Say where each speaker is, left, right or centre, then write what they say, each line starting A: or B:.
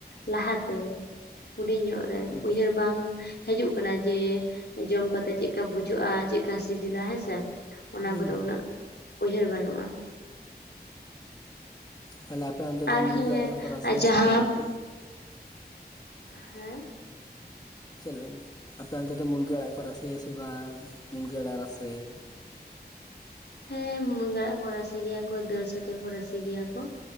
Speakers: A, on the left; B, on the left.
A: ᱞᱟᱦᱟᱛᱮ ᱦᱩᱰᱤᱧ ᱧᱚᱜ ᱨᱮ
B: ᱦᱩᱸ
A: ᱩᱭᱦᱟᱹᱨ ᱵᱟᱝ ᱦᱟᱹᱡᱩᱜ ᱠᱟᱱᱟ ᱡᱮ ᱡᱚᱢ ᱠᱟᱛᱮᱜ ᱪᱮᱜᱠᱟ ᱵᱩᱡᱩᱜᱼᱟ ᱪᱮᱜᱠᱟ ᱥᱤᱵᱤᱞᱟ ᱦᱮᱸᱥᱮ ᱚᱱᱟ
B: ᱦᱩᱸ
A: ᱠᱚᱫᱚ ᱩᱱᱟᱹᱜ ᱩᱭᱦᱟᱹᱨ ᱵᱟᱹᱱᱩᱜᱼᱟ
B: ᱛᱟᱞᱮ ᱟᱯᱮ ᱚᱱᱛᱮ ᱫᱚ
A: ᱟᱨ
B: ᱢᱩᱱᱜᱟᱹ
A: ᱦᱮᱸ
B: ᱟᱲᱟᱜ ᱠᱚᱠᱚ ᱨᱟᱥᱮᱭᱟ
A: ᱟᱨ ᱡᱟᱦᱟᱸ
B: ᱥᱮ ᱵᱟᱝ
A: ᱦᱮᱸ
B: ᱪᱮᱫ ᱞᱮᱢ ᱟᱯᱮ ᱚᱱᱛᱮ ᱫᱚ ᱢᱩᱱᱜᱟᱹ ᱟᱲᱟᱜ ᱠᱚ ᱨᱟᱥᱮᱭᱟ ᱥᱮ ᱵᱟᱝ, ᱢᱩᱱᱜᱟᱹ ᱟᱲᱟᱜ ᱨᱟᱥᱮ?.
A: ᱦᱮᱸ ᱢᱩᱱᱜᱟᱹ ᱟᱲᱟᱜ ᱠᱚ ᱨᱟᱥᱮ ᱜᱮᱭᱟ ᱠᱚ ᱫᱟᱹᱲ ᱥᱟᱛᱮᱜ ᱠᱚ ᱨᱟᱥᱮ ᱜᱮᱭᱟ ᱠᱚ᱾